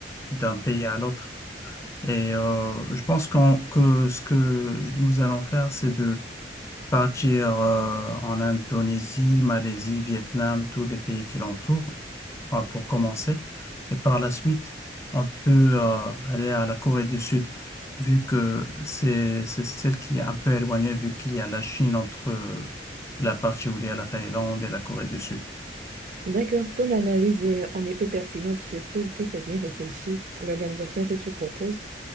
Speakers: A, on the left (about 15°); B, on the right (about 45°).
A: d'un pays à l'autre. Et euh, je pense qu'on- que ce que nous allons faire, c'est de partir euh, en Indonésie, Malaisie, Vietnam, tous les pays qui l'entourent euh, pour commencer. Et par la suite, on peut euh, aller à la Corée du Sud, vu que c'est c'est celle qui est un peu éloignée, vu qu'il y a la Chine entre euh, la partie où il y a la Thaïlande et la Corée du Sud.
B: D'accord, ton analyse est en effet pertinente. Je trouve que c'est bien réfléchi, l'organisation que tu proposes,